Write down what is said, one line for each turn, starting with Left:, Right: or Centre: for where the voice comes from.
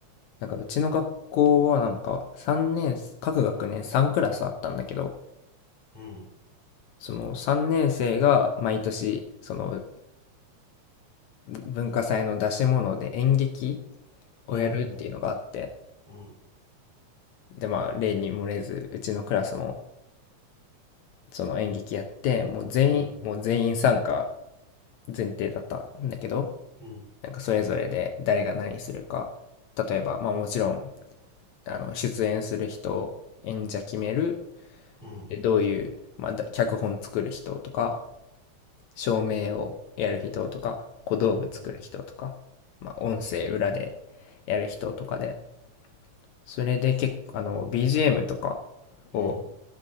Left: なんかうちの学校はなんか3年、各学年3クラスあったんだけど、
Centre: うん
Left: その3年生が毎年その文化祭の出し物で演劇
Centre: うん。
Left: をやるっていうのがあって、
Centre: うん。うん、
Left: でまあ例に漏れずうちのクラスもその演劇やって、もう全員、
Centre: うん、
Left: もう全員参加前提だったんだけど、
Centre: うん、
Left: なんかそれぞれで誰が何するか、例えばまあもちろんあの、出演する人、演者決める、
Centre: うん、
Left: で、どういう、まあ、脚本作る人とか、照明をやる人とか、小道具作る人とか、
Centre: うん、
Left: まあ、音声裏でやる人とかで、それで結構、あの、BGM とか
Centre: うん、
Left: を、